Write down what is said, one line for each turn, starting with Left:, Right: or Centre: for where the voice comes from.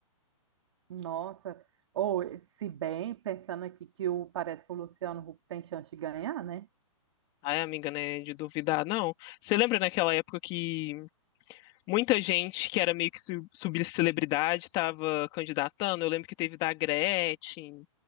Right: Nossa. Ou, se bem, pensando aqui que o, parece que o Luciano Huck tem chance de ganhar, né?
Left: Ai, amiga, né? De duvidar, não. Você lembra naquela época que muita gente que era meio que su- subcelebridade estava candidatando? Eu lembro que teve da Gretchen,